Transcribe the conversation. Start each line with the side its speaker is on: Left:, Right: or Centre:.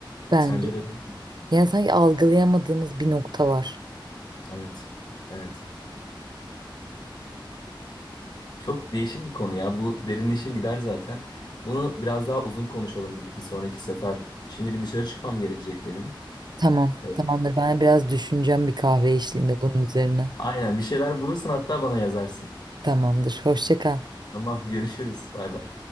Right: Bence.
Left: Sence de öyle değil mi?
Right: Yani sanki algılayamadığımız bir nokta var.
Left: Evet. Evet. Çok değişik bir konu ya. Bu derinleşir gider zaten. Bunu biraz daha uzun konuşalım bir, bir sonraki sefer. Şimdi bir dışarı çıkmam gerekecek benim.
Right: Tamam,
Left: Ee,
Right: tamamdır. Ben biraz düşüneceğim bir kahve eşliğinde bunun üzerine.
Left: aynen bir şeyler bulursun hatta bana yazarsın.
Right: Tamamdır. Hoşça kal.
Left: Tamam görüşürüz. Bay bay.